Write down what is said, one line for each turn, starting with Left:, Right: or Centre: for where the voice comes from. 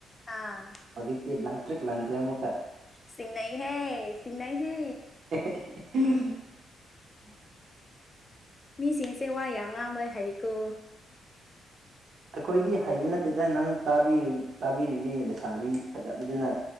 Left: ꯑꯥ
Right: ꯍꯧꯖꯤꯛꯇꯤ ꯂꯪꯇ꯭ꯔꯤꯛ ꯂꯪꯈ꯭ꯔꯦ ꯑꯃꯨꯛꯀ
Left: ꯆꯤꯡꯅꯩꯍꯦ ꯆꯤꯡꯅꯩꯍꯦ
Right: <unintelligible> ꯎꯝ <unintelligible>
Left: ꯃꯤꯁꯤꯡꯁꯦ ꯋꯥ ꯌꯥꯝ ꯉꯥꯡꯕ ꯍꯩꯀꯣ
Right: ꯑꯩꯈꯣꯏꯗꯤ ꯍꯩꯕ ꯅꯠꯇꯦꯗ ꯅꯪ ꯇꯥꯕꯤꯔꯤꯕꯤ ꯂꯩꯁꯥꯕꯤ ꯐꯖꯕꯤꯗꯨꯅ